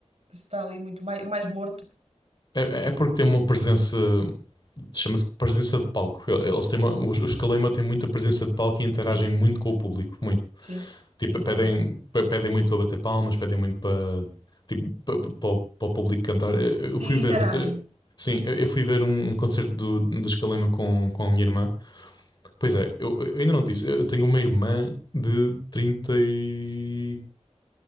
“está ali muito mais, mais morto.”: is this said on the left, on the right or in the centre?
Right